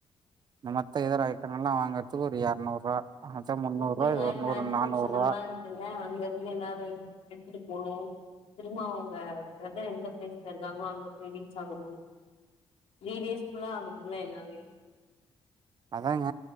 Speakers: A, on the right (about 45°); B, on the left (about 80°).
A: இந்த மந்த் இதர ஐட்டம் எல்லாம் வாங்கறதுக்கு ஒரு எரநூறுவா அதா முந்நூறுவா
B: ஓகேங்க
A: இது ஒரு
B: டிரான்ஸ்போர்ட்
A: நூறு நானூறுவா
B: செலவலாம் இருக்குல்ல அங்க இருந்து எல்லாரு எடுத்துட்டு போனும் திரும்ம அவுங்க பிரதர் எந்த பிளேஸ்ல இருக்காங்களோ அங்க போய் ரீச் ஆகணும் த்ரீ டேஸ்குள்ள ஆகுதுளா எல்லாமே
A: அதாங்க